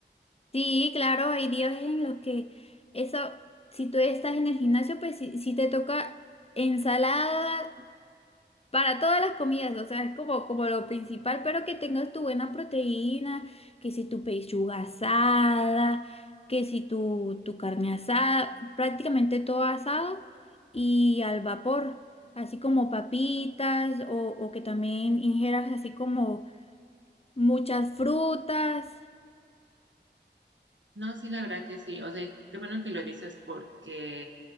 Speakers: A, on the left; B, on the right.
A: Sí, claro, hay días en los que eso, si tú estás en el gimnasio, pues si, si te toca ensalada Para todas las comidas, o sea, es como, como lo principal, pero que tengas tu buena proteína, que si tu pechuga asada, que si tu, tu carne asada, prácticamente todo asado y al vapor, así como papitas o, o que también ingieras así como muchas frutas
B: No, sí, la verdad que sí. O sea, y qué bueno que lo dices porque